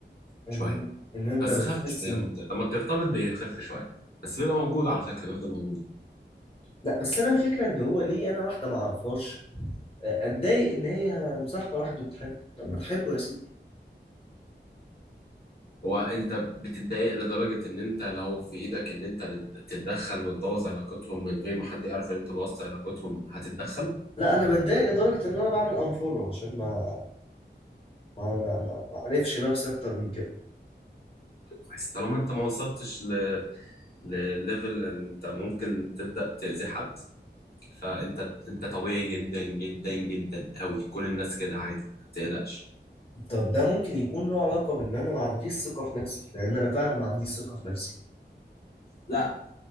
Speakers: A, on the left (about 30°); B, on the left (about 55°).
A: ان
B: شويه
A: ان انت
B: بس
A: بتحس
B: خف شويه
A: ان
B: لما بت- لما بترتبط بيخف شويه بس بيبقى موجود على فكره بيفضل موجود
A: لا بس انا الفكرة ان هو ليه انا واحدة ما اعرفهاش اتضايق ان هي مصاحبة واحد وبتحبه طب ما تحبه يا سيدي
B: هو انت بتتضايق لدرجه ان انت لو في ايدك ان انت تتدخل وتبوظ علاقتهم من غير ما حد يعرف ان انت بوظت علاقتهم هتتدخل
A: لا انا بتضايق لدرجة ان انا بعمل انفولو عشان ما ما ما ما ما اعرفش نفسي اكتر من كده
B: كويس طالما انت ما وصلتش لليفل انت ممكن تبدأ تأذي حد فانت انت طبيعي جدا جدا جدا قوي كل الناس كده عادي ما تقلقش
A: طب ده ممكن يكون له علاقة بان انا ما عنديش ثقة في نفسي لان انا فعلا ما عنديش ثقة في نفسي
B: لا